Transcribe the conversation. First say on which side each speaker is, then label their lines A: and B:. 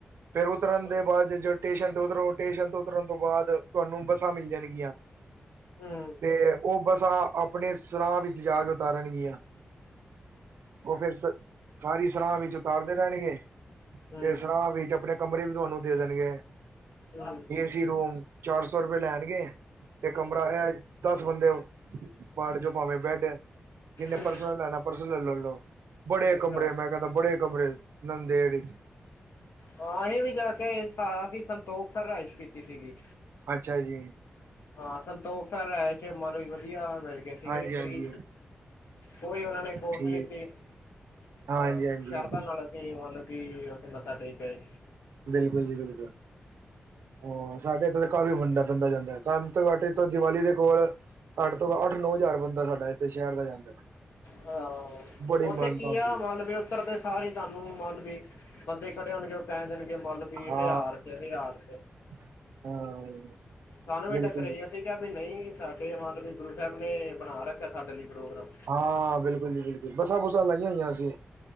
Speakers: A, on the right; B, on the left.
A: ਫਿਰ ਉਤਰਨ
B: ਹੂੰ
A: ਦੇ ਬਾਅਦ ਜ ਜੋ ਸਟੇਸ਼ਨ ਤੋਂ ਉਤਰੋ ਸਟੇਸ਼ਨ ਤੋਂ ਉਤਰਨ ਤੋਂ ਬਾਅਦ ਤੁਹਾਨੂੰ ਬੱਸਾਂ ਮਿਲ ਜਾਣਗੀਆਂ।
B: ਹੂੰ
A: ਤੇ ਉਹ ਬੱਸਾਂ ਆਪਣੇ ਸਰਾਂਹ ਵਿੱਚ ਜਾ ਕੇ ਉਤਾਰਨਗੀਆਂ। ਉਹ ਫੇਰ ਸ ਸਾਰੀ ਸਰਾਾਂ ਵਿੱਚ ਉਤਾਰਦੇ ਰਹਿਣਗੇ
B: ਹੂੰ ਹੂੰ
A: ਤੇ ਸਰਾਂ ਵਿੱਚ ਆਪਣੇ। ਕਮਰੇ ਵੀ ਤੁਹਾਨੂੰ ਦੇ ਦੇਣਗੇ
B: ਹਮ
A: ਸੀ ਰੂਮ ਚਾਰ ਸੌ ਰੁਪਏ ਲੈਣਗੇ ਅਤੇ ਕਮਰਾ ਹੈ ਦਸ ਬੰਦੇ। ਬਾਰਡ ਜੋ ਪਾਵੇਂ ਬੈਡ ਜਿੰਨੇ
B: ਹੂੰ
A: ਪਰਸੋਂ ਲੈਣਾ ਪਰਸੋਂ ਲੈ ਲੈ ਲਓ ਬੜੇ
B: ਅੱਛਾ
A: ਕਮਰੇ ਮੈਂ। ਕਹਿੰਦਾ ਬੜੇ ਕਮਰੇ ਨੰਦੇੜ ਇਛ
B: ਹਾਂ ਅਸੀਂ ਵੀ ਜਾ ਕੇਸੀਂ ਸੰਤੋਖ ਸਰ ਰਇਸ਼ ਕੀਤੀ ਸੀਗੀ
A: ਅੱਛਾ ਜੀ
B: ਹਾਂ ਸੰਤੋਖ ਸਰ ਚ ਮੰਨ ਲਓ ਜ ਵਧੀਆ ਮਿਲ ਗਏ ਸੀਗੇ
A: ਹਾਂਜੀ ਹਾਂਜੀ
B: ਫਰੀ। ਉਹੀ ਉਹਨਾਂ ਨੇ ਪੋਸਟ
A: ਠੀਕ
B: ਲਿੱਤੀ ਅਹ
A: ਹਾਂਜੀ ਹਾਂਜੀ
B: ਸ਼ਰਧਾ ਨਾਲ। ਕੀ ਮਤਲਬ ਕਿ ਅਸੀਂ ਮੱਥਾ ਟੇਕ ਗਏ
A: ਬਿਲਕੁਲ ਜੀ ਬਿਲਕੁਲ ਹਾਂ ਸਾਡੇ ਇੱਥੋਂ ਤਾਂ ਕਾਫ਼ੀ ਵੰਡਾ ਬੰਦਾ ਜਾਂਦਾ ਕਮ ਘਟ ਤੋਂ ਦੀਵਾਲੀ ਦੇ ਕੋਲ। ਘੱਟ ਤੋਂ ਅੱਠ ਨੌ ਹਜ਼ਾਰ ਬੰਦਾ ਸਾਡਾ ਇੱਥੇ ਸ਼ਹਿਰ ਦਾ ਜਾਂਦਾ।
B: ਹਹ
A: ਬੜੀ
B: ਉੱਥੇ
A: ਮਾਨਤਾ
B: ਕੀ
A: ਹੁੰਦੀ
B: ਆ ਮਾਲਵੇ ਉੱਤਰ ਦੇ। ਸਾਰੇ ਤੁਹਾਨੂੰ ਮੰਨ ਵੀ ਬੰਦੇ ਖੜੇ ਹੋਣਗੇ ਪੈ ਦੇਣਗੇ ਮੰਨ ਵੀ
A: ਹਾਂ
B: ਹਜ਼ਾਰ ਚ ਹਜ਼ਾਰ ਚ
A: ਹਾਂ
B: ਸਾਨੂੰ ਵੀ
A: ਬਿਲਕੁਲ
B: ਟੱਕਰੇ
A: ਜੀ
B: ਅਸੀਂ ਕਿਹਾ ਵੀ ਨਹੀਂ ਸਾਡੇ ਮਨ ਵੀ ਗੁਰੂ ਸਾਹਿਬ ਨੇ ਬਣਾ ਰੱਖਿਆ ਸਾਡੇ ਲਈ ਪ੍ਰੋਗਰਾਮ।
A: ਹਾਂ ਬਿਲਕੁਲ ਜੀ ਬਿਲਕੁਲ, ਬੱਸਾਂ- ਬੁੱਸਾਂ ਲਾਈਆਂ ਹੋਈਆਂ ਸੀ।